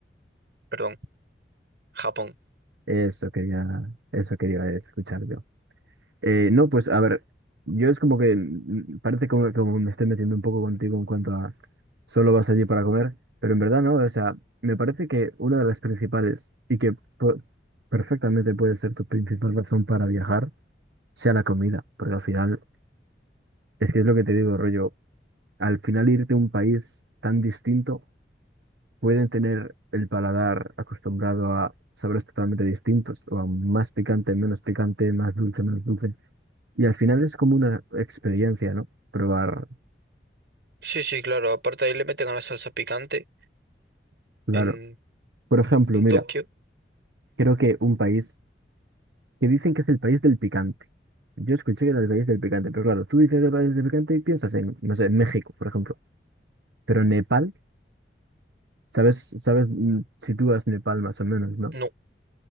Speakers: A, on the right; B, on the right.
A: perdón, Japón.
B: Eso quería, eso quería escuchar yo. Eh, no, pues a ver, yo es como que mm, mm, parece como, como me estoy metiendo un poco contigo en cuanto a solo vas allí para comer, pero en verdad no, o sea, me parece que una de las principales y que po- perfectamente puede ser tu principal razón para viajar sea la comida, porque al final, es que es lo que te digo, rollo, al final irte a un país tan distinto, pueden tener el paladar acostumbrado a sabores totalmente distintos, o a más picante, menos picante, más dulce, menos dulce. Y al final es como una experiencia, ¿no? Probar,
A: Sí, sí, claro, aparte ahí le meten a la salsa picante
B: claro.
A: en,
B: Por ejemplo,
A: en
B: mira,
A: Tokio.
B: creo que un país que dicen que es el país del picante. Yo escuché que era el país del picante, pero claro, tú dices el país del picante y piensas en, no sé, México, por ejemplo. Pero Nepal, ¿sabes, sabes, mm, sitúas Nepal más o menos, ¿no?
A: No,